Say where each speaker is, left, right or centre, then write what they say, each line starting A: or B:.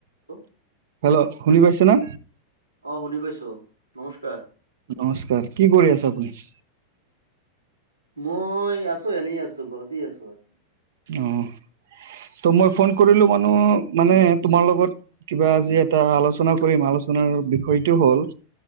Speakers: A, on the right; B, on the right.
A: তো
B: হেল্ল' শুনি পাইছানে?
A: শুনি পাইছো নমস্কাৰ
B: নমস্কাৰ। কি কৰি আছে আপুনি? <inaudible>
A: মই আছোঁ, এনেই আছোঁ, ঘৰতে আছোঁ আজি।
B: অহ'। তোৰ মই ফোন কৰিলোঁ মানো মানে তোমাৰ লগত কিবা আজি এটা আলোচনা কৰিম, আলোচনা আলোচনাৰ বিষয়টো হ'ল,